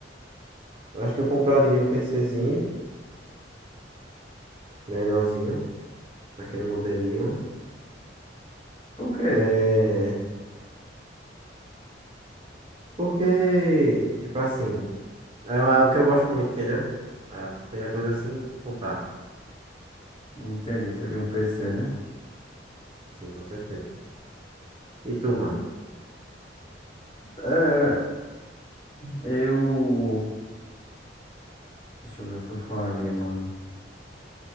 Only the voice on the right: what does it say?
acho que eu compraria um PCzinho, melhorzinho, daquele modelinho.
É... Porque, tipo assim, é algo que eu gosto muito, entendeu? É a primeira coisa assim, comprar.
Sim, com certeza. E tu, mano?